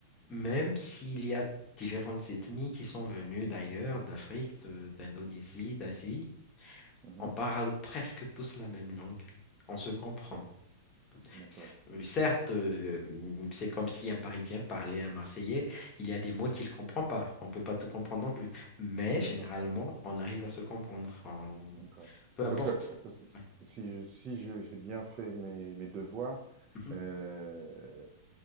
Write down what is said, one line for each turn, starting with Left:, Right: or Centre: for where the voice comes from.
Left: même s'il y a différentes ethnies qui sont venues d'ailleurs, d'Afrique, de- d'Indonésie, d'Asie,
Right: mhm.
Left: on parle presque tous la même langue. On se comprend.
Right: Donc, d'accord,
Left: C- euh, Certes, euh, mm, c'est comme si un Parisien parlait à un Marseillais, il y a des mots qu'il ne comprend pas. On ne peut pas tout comprendre non plus. Mais généralement,
Right: d'accord,
Left: on arrive à se comprendre. On-
Right: d'accord.
Left: Peu importe.
Right: Donc, ça, attends, si
Left: Ouais.
Right: si je, si je- j'ai bien fait mes, mes devoirs,
Left: Mhm.
Right: euh,